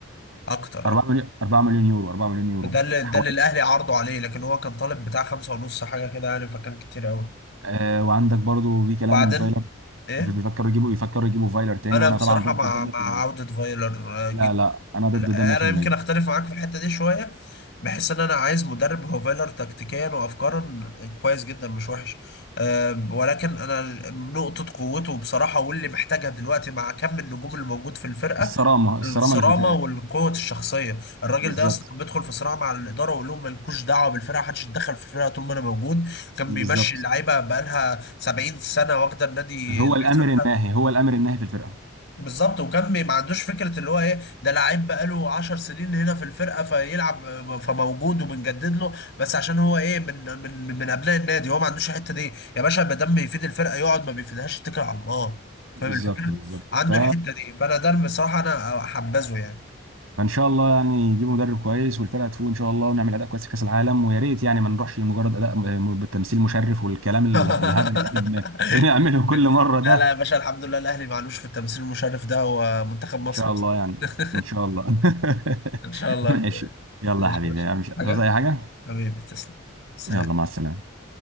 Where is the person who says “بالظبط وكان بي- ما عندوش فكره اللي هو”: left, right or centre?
Left